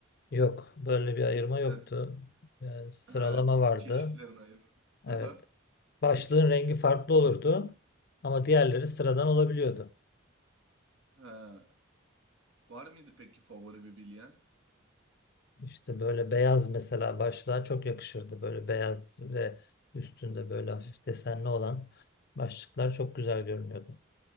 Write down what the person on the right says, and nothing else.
Evet,
ha,
çeşitlerini ayır.
Aha,
ha. Var mıydı peki favori bir bilyen?